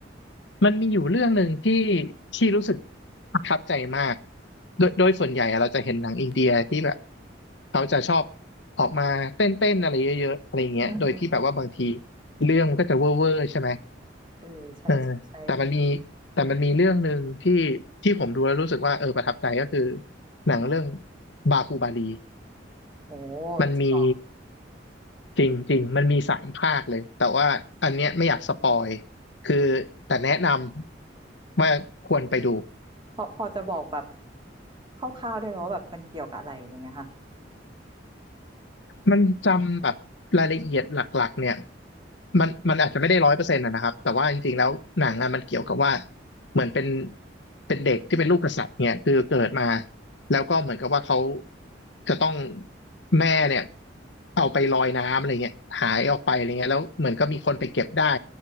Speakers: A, on the left; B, on the right.
A: มันมีอยู่เรื่องหนึ่งที่ที่รู้สึกประทับใจมากโดยโดยส่วนใหญ่อะเราจะเห็นหนังอินเดียที่แบบเขาจะชอบออกมาเต้นเต้นอะไรเยอะๆอะไรเงี้ยโดยที่แบบว่าบางที
B: อืมอืมอืม
A: เรื่องมันก็จะเวอร์เวอร์ใช่ไหม
B: เออใช่ใช่ใช่
A: เออแต่มันมีแต่มันมีเรื่องหนึ่งที่ที่ผมดูแล้วรู้สึกว่าเออประทับใจก็คือหนังเรื่องบาฮูบาลี
B: โห
A: มันมี
B: จริงเหรอ
A: จริงจริงมันมีสามภาคเลยแต่ว่าอันเนี้ยไม่อยากสปอยคือแต่แนะนำว่าควรไปดู
B: พอพอจะบอกแบบคร่าวๆได้ไหมว่าแบบมันเกี่ยวกับอะไรอย่างเงี้ยค่ะ
A: มันจำแบบรายละเอียดหลักๆเนี่ยมันมันอาจจะไม่ได้ร้อยเปอร์เซ็นต์นะครับแต่ว่าจริงๆแล้วหนังอะมันเกี่ยวกับว่าเหมือนเป็นเป็นเด็กที่เป็นลูกกษัตริย์เนี่ยคือเกิดมาแล้วก็เหมือนกับว่าเขาจะต้องแม่เนี่ยเอาไปลอยน้ำอะไรเงี้ยหายออกไปอะไรเงี้ยแล้วเหมือนก็มีคนไปเก็บได้